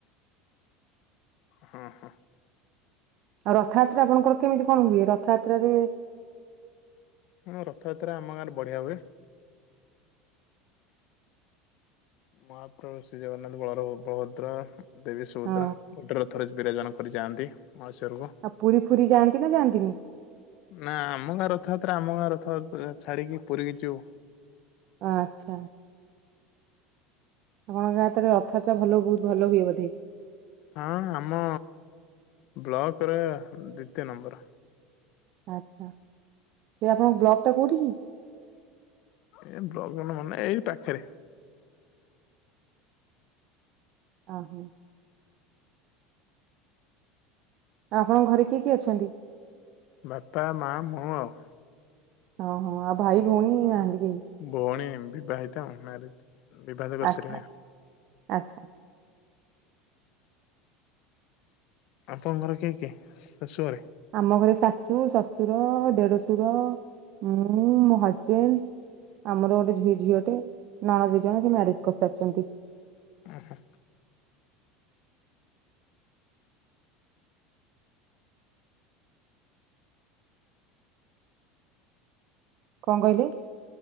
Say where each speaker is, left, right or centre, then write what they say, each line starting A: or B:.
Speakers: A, on the left; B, on the right.
A: ହଁ ହଁ
B: ଆଉ ରଥଯାତ୍ରା ଆପଣଙ୍କର କେମିତି କଣ ହୁଏ ରଥଯାତ୍ରାରେ
A: ହଁ ରଥଯାତ୍ରା ଆମ ଗାଁରେ ବଢିଆ ହୁଏ ମହାପ୍ରଭୁ ଶ୍ରୀ ଜଗନ୍ନାଥ ବଳର ବଳଭଦ୍ରା ଦେବୀ ସୁୁଭଦ୍ରା
B: ହଁ
A: ଗୋଟେ ରଥରେ ବିରାଜମାନ ପରି ଯାଆନ୍ତି ମାଉସୀ ଘରକୁ
B: ଆଉ ପୁରୀ ଫୁରୀ ଯାଆନ୍ତି ନା ଯାଆନ୍ତିନି?
A: ନା ଆମ ଗାଁ ରଥଯାତ୍ ତାର ଆମ ଗାଁ ରଥ ଛାଡ଼ିକି ପୁରୀକି ଯିବୁ
B: ଆଚ୍ଛା ଆପଣଙ୍କ ଗାଁ ହାତରେ ରଥଯାତ୍ରା ଭଲ ବହୁତ ଭଲ ହୁଏ ବୋଧେ
A: ହଁ ଆମ ବ୍ଲକରେ ଦ୍ଵିତୀୟ ନମ୍ବର
B: ଆଚ୍ଛା ଏ ଆପଣଙ୍କ ବ୍ଲକ ଟା କୋଉଠି କି
A: ଏ ବ୍ଲକ ମୋର ମନ ନାଇଁ ଏଇ ପାଖରେ
B: ଅ ହୋ ଆପଣଙ୍କ ଘରେ କିଏ କି ଅଛନ୍ତି
A: ବାପା ମା ମୁଁ ଆଉ
B: ଓହୋ ଆଉ ଭାଇ ଭଉଣୀ ନାହାନ୍ତି କେହି
A: ଭୋଉଣୀ ଏମ୍ ବିିବାହିତା ମାରେଜ୍ ବିିବାଦ କରିସାରିଣି
B: ଆଚ୍ଛା ଆଚ୍ଛା ଆଚ୍ଛା।
A: ଆପଣଙ୍କଘର କିଏ କିଏ ଶାଶୁ ଘରେ
B: ଆମ ଘରେ ଶାଶୁ ଶଶୁ ସୁର ଦେଢ ସୁର ମୁଁ ମୋ ହଜବେଣ୍ଡ ଆମର ଗୋଟେି ଝିଅଟେ ନଣନ୍ଦ ଦି ଜଣ ସେ ମ୍ୟାରେଜ କରିସାରିଛନ୍ତି।
A: ଉଁ ହୁଁ
B: କଣ କହିଲେ